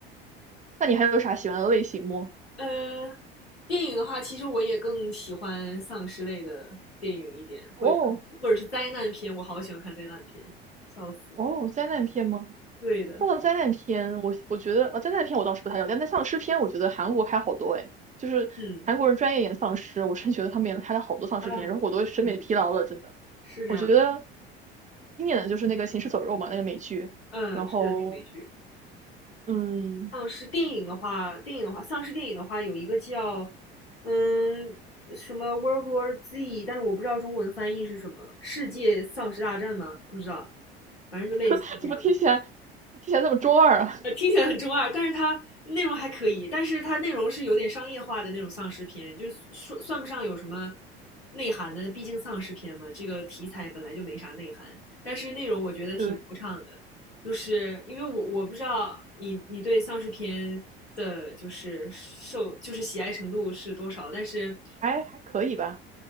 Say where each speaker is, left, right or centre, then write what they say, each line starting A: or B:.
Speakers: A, on the right; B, on the left.
A: 那你还有啥喜欢的类型吗？
B: 呃，电影的话，其实我也更喜欢丧尸类的电影一点，
A: 哦，
B: 会看，或者是灾难片，我好喜欢看灾难片，笑死。
A: 哦，灾难片吗？
B: 对的，
A: 说到灾难片，我我觉得，呃，灾难片我倒是不太了解，但丧尸片我觉得韩国拍好多诶，就是韩国人专业演丧尸，
B: 嗯，
A: 我真觉得他们也拍了好多丧尸片，
B: 啊，
A: 然后我都审美疲劳了，
B: 这样的
A: 真的。
B: 是这样的，
A: 我觉得经典的就是那个《行尸走肉》嘛，那个美剧，
B: 嗯，
A: 然后
B: 是的，那个美剧。
A: 嗯，
B: 丧尸电影的话，电影的话，丧尸电影的话，有一个叫嗯什么 World War Z，但是我不知道中文翻译是什么，世界丧尸大战吗？不知道，反正就类似于这样的。
A: <laughs> 怎么听起来听起来这么中二啊？
B: 呃，听起来很中二，但是它内容还可以，但是它内容是有点商业化的那种丧尸片，就是说算不上有什么内涵的，毕竟丧尸片嘛，这个题材本来就没啥内涵，但是内容我觉得挺流畅的，
A: <laughs> 对，
B: 就是因为我我不知道你你对丧尸片的就是受就是喜爱程度是多少，但是
A: 还还可以吧。